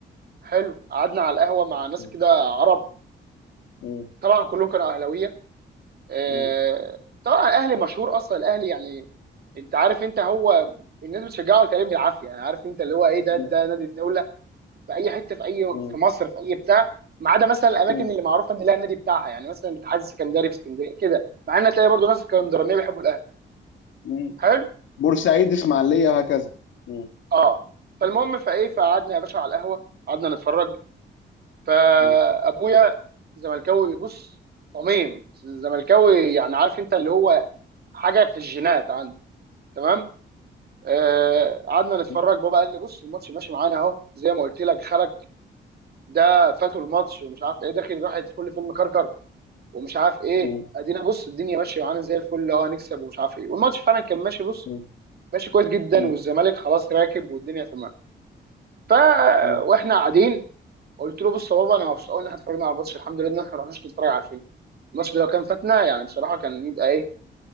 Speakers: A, on the right; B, on the left.
A: حلو قعدنا على القهوه مع ناس
B: مم،
A: كده عرب
B: مم،
A: طبعا كلهم كانوا اهلاويه آه،
B: مم،
A: طبعا الاهلي مشهور اصلا الاهلي يعني انت عارف انت هو الناس بتشجعه تقريبا بالعافيه يعني عارف انت اللي هو ايه ده
B: مم،
A: ده نادي الدوله في اي حته في اي
B: مم،
A: في مصر في اي بتاع ما عدا مثلا الاماكن
B: مم،
A: اللي معروفه ان لها النادي بتاعها يعني مثلا الاتحاد السكندري في اسكندريه كده مع ان تلاقي برضه ناس اسكندرانيه
B: مم،
A: بيحبوا الاهلي
B: مم.
A: حلو
B: بورسعيد اسماعيليه هكذا مم،
A: اه فالمهم فايه فقعدنا يا باشا على القهوه قعدنا نتفرج فابويا
B: مم،
A: زملكاوي بص صميم زملكاوي يعني عارف انت اللي هو حاجه في الجينات عنده تمام آه، قعدنا نتفرج
B: مم،
A: بابا قال لي بص الماتش ماشي معانا اهو زي ما قلت لك خلك ده فاتوا الماتش ومش عارف ايه داخل راح يدخل لي فيلم كركر ومش عارف ايه
B: مم،
A: ادينا بص الدنيا ماشيه معانا زي الفل اللي هو هنكسب ومش عارف ايه والماتش فعلا كان ماشي بص
B: مم،
A: ماشي كويس جدا
B: مم،
A: والزمالك خلاص راكب والدنيا تمام ف
B: مم.
A: واحنا قاعدين قلت له بص يا بابا انا مبسوط قوي ان احنا اتفرجنا على الماتش الحمد لله ان احنا ما رحناش نتفرج على الفيلم الماتش ده لو كان فاتنا يعني بصراحه كان يبقى ايه